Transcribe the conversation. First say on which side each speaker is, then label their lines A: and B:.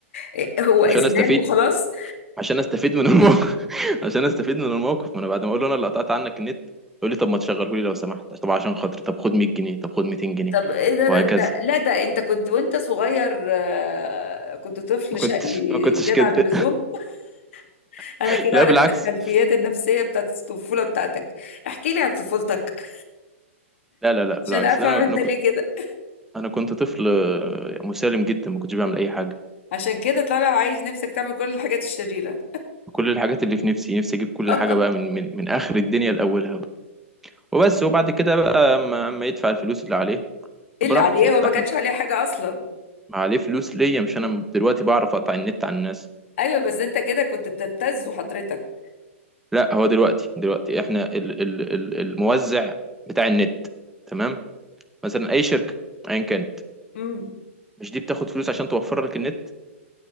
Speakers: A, on the left; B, in the centre.
A: إيه، هو اذلال
B: عشان استفيد
A: وخلاص
B: عشان استفيد من الموقف <laughs> عشان استفيد من الموقف ما انا بعد ما اقول له انا اللي قطعت عنك النت يقول لي طب ما تشغله لي لو سمحت طب عشان خاطري طب خد 100 جنيه طب خد 200 جنيه
A: طب ايه ده
B: وهكذا
A: ده انت لا ده انت كنت وانت صغير آه، كنت طفل
B: ما كنتش
A: شقي
B: ما كنتش
A: زياده
B: كده
A: عن اللزوم <laughs>
B: <laughs>
A: انا كده
B: لا
A: عرفت
B: بالعكس
A: الخلفيات النفسيه بتاعت الطفوله بتاعتك احكي لي عن طفولتك
B: لا لا لا
A: عشان
B: بالعكس
A: افهم
B: ده انا
A: انت
B: انا كنت
A: ليه كده
B: انا كنت طفل آه، مسالم جدا ما كنتش بعمل اي حاجه
A: عشان كده طالع عايز نفسك تعمل كل الحاجات الشريرة
B: كل الحاجات اللي في نفسي نفسي اجيب كل
A: <laughs>
B: حاجه بقى من من, من اخر الدنيا لاولها بقى. وبس وبعد كده بقى اما أما يدفع الفلوس اللي عليه
A: ايه
B: براحتي
A: اللي عليه
B: افتح
A: هو ما كانش عليه حاجة اصلا
B: ما عليه فلوس ليا مش انا دلوقتي بعرف اقطع النت عن الناس
A: ايوه بس انت كده كنت بتبتزه حضرتك
B: لا هو دلوقتي دلوقتي احنا ال ال ال الموزع بتاع النت تمام مثلا اي شركه ايا كانت
A: امم
B: مش دي بتاخد فلوس عشان توفر لك النت